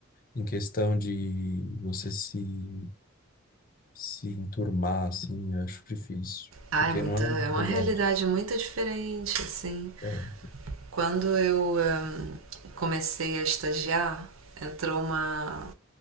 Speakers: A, on the left (about 45°); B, on the right (about 85°).
A: em questão de você se, se enturmar, assim, eu acho difícil.
B: Ah,
A: Porque
B: é, muita,
A: não é uma
B: é uma
A: realidade.
B: realidade muito diferente, assim.
A: É,
B: Quando eu hum, comecei a estagiar, entrou uma,